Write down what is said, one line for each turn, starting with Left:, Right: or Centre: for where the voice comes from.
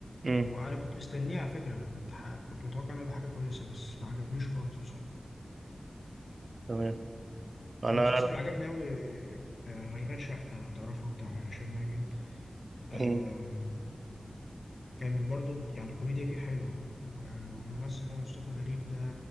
Right: امم
Left: وأنا كنت مستنيه على فكرة أنا كنت ح... كنت متوقع إنه يبقى حاجة كويسة بس ما عجبنيش خالص بصراحة
Right: تمام انا
Left: أنا المسلسل اللي عجبني أوي آه، أشغال شقة لو تعرفه بتاع هشام ماجد آه،
Right: مم.
Left: كان برضو يعني الكوميديا فيه حلوة و- والممثل اللي هو مصطفى غريب ده